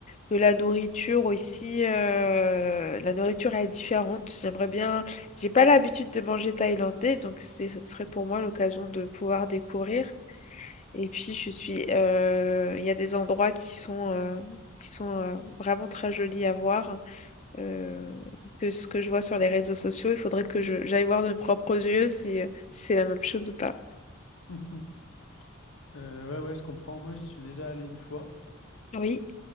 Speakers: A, on the left; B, on the left.
A: Que la nourriture aussi, euh, la nourriture elle est différente. J'aimerais bien. J'ai pas l'habitude de manger thaïlandais, donc c'est- ce serait pour moi l'occasion de pouvoir découvrir. Et puis, je suis. euh, Il y a des endroits qui sont, euh, qui sont euh, vraiment très jolis à voir. euh, que ce que je vois sur les réseaux sociaux, il faudrait que je j'aille voir de mes propres yeux si, si c'est la même chose ou pas.
B: <laughs> Euh, ouais, ouais, je comprends. Moi, j'y suis déjà allé une fois.
A: Oui,